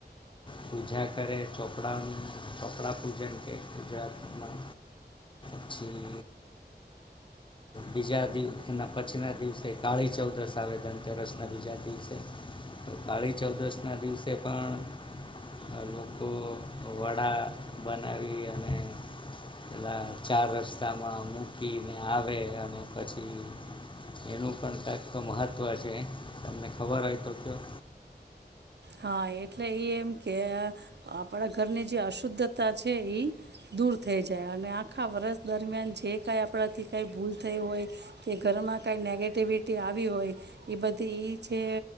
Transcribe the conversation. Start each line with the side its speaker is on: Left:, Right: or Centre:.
Left: પૂજા કરે ચોપડાનું, ચોપડા પૂજન કે ગુજરાતમાં પછી બીજા દિવસે પછી ના દિવસે કાળી ચૌદસ આવે ધનતેરસ ના બીજા દિવસે કાળી ચૌદસ ના દિવસે પણ અ લોકો વડા બનાવી અને પેલા ચાર રસ્તામાં મૂકીને આવે અને પછી એનું પણ કંઈક તો મહત્ત્વ છે, તમને ખબર હોય તો કયો
Right: હા એટલે એ એમ કે આપણા ઘરની જે અશુદ્ધતા છે એ દૂર થઈ જાય અને આખા વર્ષ દરમિયાન જે કાંઈ આપણાથી કાંઈ ભૂલ થઈ હોય કે ઘરમાં કાંઈ નેગેટિવિટી આવી હોય એ બધી એ છે